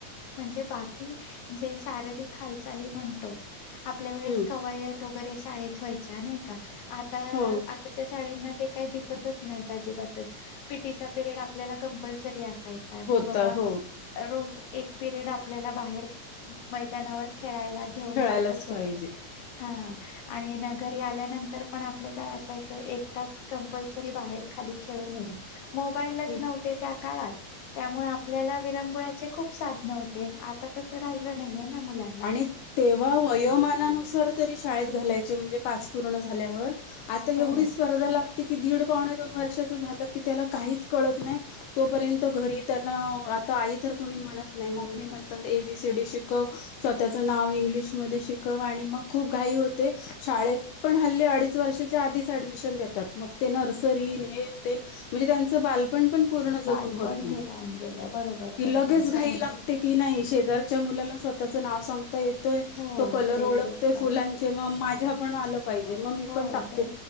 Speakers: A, on the left; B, on the left.
A: म्हणजे बाकी ज शारी हाल म्हण. आपल्या वेळेस
B: हं,
A: कवायत वगैरे शाळेत व्हायच्या नाही का आता.
B: हो,
A: शाळना ते काही दिसतच नाही अजिबातच पीटीचा पिरयड आपल्याला कंपल्सरी अस. जायचा
B: होता
A: की बाबा
B: हो,
A: रोज एक पिरियड आपल्याला बाहेर मैदानावर खेळायलागेल घेऊन
B: खेळायलाच
A: जातच होते
B: पाहिजे.
A: हा. आणि न घरी आल्यानंतर पण आपलं काय असायचं एक तास कंपल्सरी बाहेर खाली. खेळून येणे मोबाईलच
B: हं
A: नव्हते त्या काळात त्यामुळे आपल्याला विरांंगुळाचे खूप साधन होते आता तसं राहिलं नाहीये ना मुला
B: आणि तेव्हा वयोमानानुसार तरी शाळेत घालायचे म्हणजे पाच पूर्ण झाल्यावर आता एवढी
A: हो
B: स्पर्धा लागते की दीड पावणे दोन वर्षाच झालं की त्याला काहीच कळत नाही. तोपर्यंत घरी त्याला आता आई तर कोणी म्हणत नाही मम्मी म्हणतात एबीसीडी शिकव स्वतःच नाव इंग्लिशमध्ये शिकव आणि मग खूप घाई होते. शाळेत पण हल्ली अडीच वर्षाच्या आधीच ऍडमिशन देतात मग ते नर्सरी न ते म्हणजे त्यांच बालपण पण पूर्ण जून
A: बालपण
B: होत नाही
A: हे राहून गेलं बरोबर
B: कि
A: बरोबर
B: लगेच घाई
A: का म्हणजे
B: लागते. की नाही शेजारच्या मुलांना स्वतःच नाव सांगता येत
A: हो
B: तो कलर
A: प्ले
B: ओळखते
A: ग्रुपला
B: फुलांचे मग माझ्या पण आलं पाहिजे मग मी
A: हो
B: पण टाकते.
A: ते